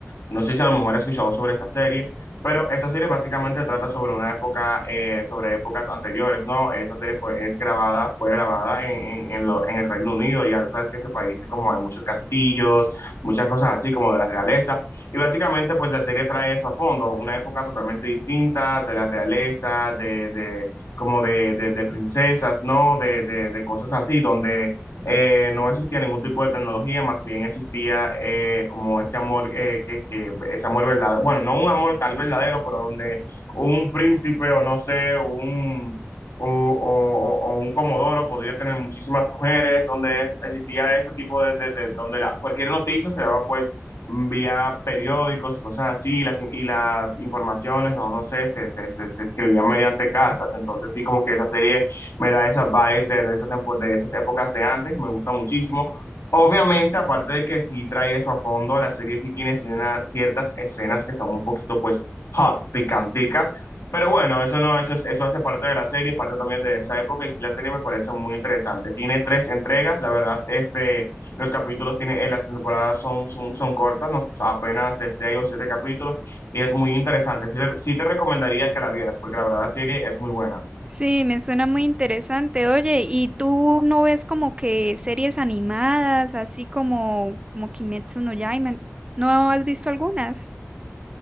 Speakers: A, on the left; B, on the right.
A: No sé si a lo mejor has escuchado sobre esta serie, pero esta serie básicamente trata sobre una época, eh, sobre épocas anteriores, ¿no? Esta serie fue, es grabada, fue grabada en, en, en lo- en el Reino Unido, ya tú sabes que ese país como hay muchos castillos, muchas cosas así como de la realeza. Y básicamente, pues la serie trae eso a fondo, una época totalmente distinta de la realeza, de, de, como de, de, de princesas, ¿no? De, de, de cosas así, donde eh, no existía ningún tipo de tecnología, más bien existía eh, como ese amor, eh, que, que, ese amor verdadero, bueno, no un amor tal verdadero, pero donde un príncipe o no sé, un... O, o, o, un comodoro podría tener muchísimas mujeres, donde existía este tipo de, de, de donde la, cualquier noticia se daba pues vía periódicos y cosas así, y las, in- y las informaciones, o no sé, se, se, se, se escribían mediante cartas. Entonces, sí, como que esa serie me da esas vibes de, de esas, tempo- de esas épocas de antes, me gusta muchísimo. Obviamente, aparte de que sí trae eso a fondo, la serie sí tiene escena- ciertas escenas que son un poquito, pues, hot, picanticas. Pero bueno, eso no, eso, es- eso hace parte de la serie, parte también de esa época, y sí, la serie me parece muy interesante. Tiene tres entregas, la verdad, este. Los capítulos tiene, en las temporadas son, son, son cortas, ¿no? apenas de seis o siete capítulos, y es muy interesante. Sí, te- sí te recomendaría que la vieras, porque la verdad la serie es muy buena.
B: Sí, me suena muy interesante. Oye, ¿y tú no ves como que series animadas, así como, como Kimetsu no Yaiba? ¿No has visto algunas?